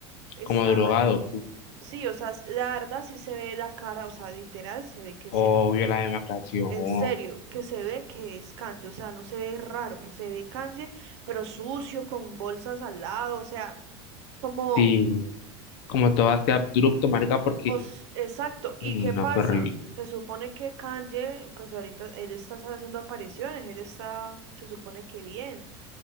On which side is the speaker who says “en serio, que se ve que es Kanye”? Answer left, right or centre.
Right